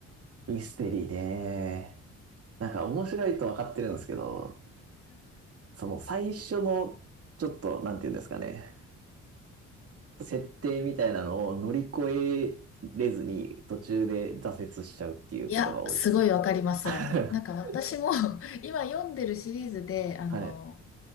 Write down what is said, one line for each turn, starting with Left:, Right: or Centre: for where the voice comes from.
Right: ミステリーね。なんか面白いと分かってるんですけど、その最初の、ちょっと、なんて言うんですかね。設定みたいなのを乗り越えれずに途中で挫折しちゃうっていうことが多いですね。
Left: いや、すごいわかります、
Right: <laughs>
Left: それも。なんか私も <laughs> 今読んでるシリーズで、あの、
Right: はい。